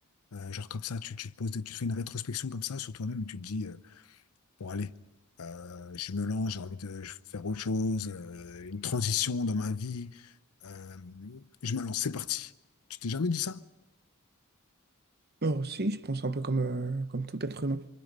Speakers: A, on the left (about 80°); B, on the right (about 45°).
A: Euh, genre comme ça, tu, tu te poses, des- tu fais une rétrospection comme ça sur toi-même et tu te dis, euh, pour aller. Euh, je me lance, j'ai envie de faire autre chose, euh, une transition dans ma vie. Euh, je me lance, c'est parti. Tu t'es jamais dit ça?
B: Non, si, je pense un peu comme, euh, comme tout être humain